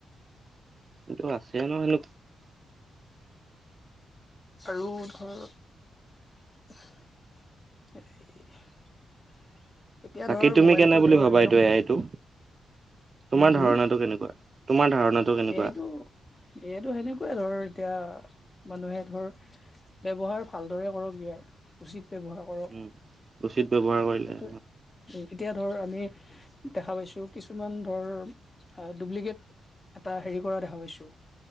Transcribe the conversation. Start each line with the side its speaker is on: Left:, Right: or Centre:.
Right: কিন্তু আছে ন এনে
Left: আৰু ধৰ <unintelligible> এতিয়া
Right: বাকী
Left: ধৰ
Right: তুমি
Left: মোবাইলটো
Right: কেনে বুলি
Left: ধৰ
Right: ভাবা
Left: একদম
Right: এইটো এ আইটো তোমাৰ
Left: উম হম
Right: ধাৰণাটো কেনেকুৱা? তোমাৰ ধাৰণাটো কেনেকুৱা?
Left: এইটো এইটো সেনেকুৱাই ধৰ এতিয়া মানুহে ধৰ ব্যৱহাৰ ভালদৰে কৰক ইয়াৰ উচিত ব্যৱহাৰ কৰক
Right: উম উচিত ব্যৱহাৰ কৰিলে
Left: সেইটোৱে এতিয়া ধৰ আমি দেখা পাইছো কিছুমান ধৰ ডপ্লিকেট এটা হেৰি কৰা দেখা পাইছো